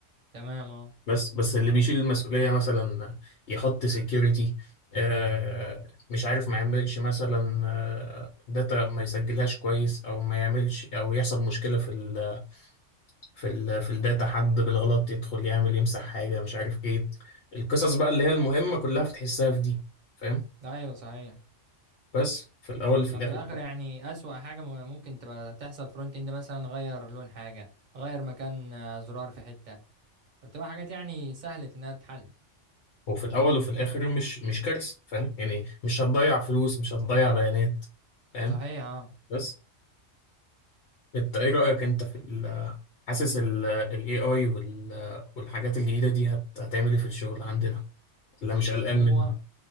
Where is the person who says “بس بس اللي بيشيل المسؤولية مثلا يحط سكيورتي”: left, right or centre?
Left